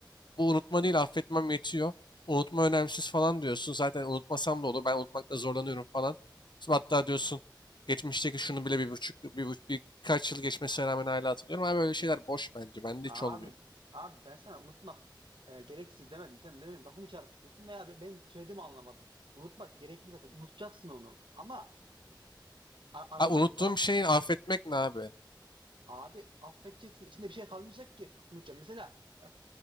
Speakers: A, on the left (about 65°); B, on the right (about 85°).
A: bu unutma değil affetmem yetiyor. Unutma önemsiz falan diyorsun. Zaten unutmasam da olur. Ben unutmakta zorlanıyorum falan. Sonra Hatta diyorsun geçmişteki şunu bile bir buçuk, bir, buçuk- bir- birkaç yıl geçmesine rağmen hala hatırlıyorum. Abi öyle şeyler boş bence. Bende
B: Abi,
A: hiç olmuyor.
B: abi ben sana unutmak e, gereksiz demedim. Sen de benim lafımı çarpıtıyorsun veya be- benim söylediğimi anlamadın. Unutmak gerekli zaten. Unutacaksın onu. Ama e, a- aranda
A: Ha, unuttuğum
B: bir bağ...
A: şeyi affetmek ne abi?
B: Abi affedeceksin. İçinde bir şey kalmayacak ki unutacağım. Mesela e,